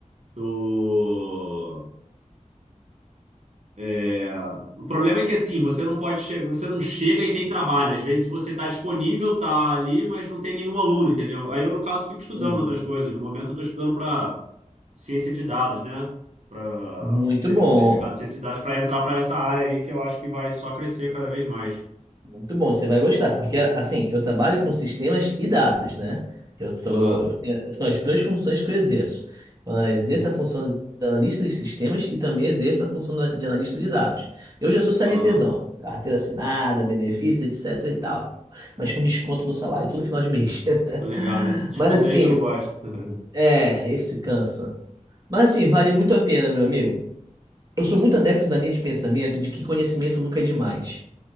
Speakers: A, on the right (about 60°); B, on the right (about 30°).
A: tu... é, O problema é que assim, você não pode che... você não chega e tem trabalho. Às vezes você tá disponível, tá ali, mas não tem nenhum aluno, entendeu? Aí eu, no caso, fico estudando
B: Entendi.
A: outras coisas. No momento eu tô estudando pra ciência de dados, né? Para
B: Muito
A: pegar
B: bom.
A: um certificado de ciência de dados para entrar para essa área aí que eu acho que vai só crescer cada vez mais.
B: Muito bom, você vai gostar, porque assim, eu trabalho com sistemas e dados, né? Eu tô,
A: Aham,
B: eu tenho- são as duas funções que eu exerço. Eu exerço a função de analista de sistemas e também exerço a função da- de analista de dados. Eu já sou CLTzão,
A: aham.
B: carteira assinada, benefícios, etc e tal, mas com desconto no salário, todo final de mês. <laughs>
A: Tô ligado. Esse desconto
B: Mas assim,
A: aí que eu não gosto. <laughs>
B: é, esse cansa. Mas assim, vale muito a pena, meu amigo. Eu sou muito adepto da linha de pensamento de que conhecimento nunca é demais.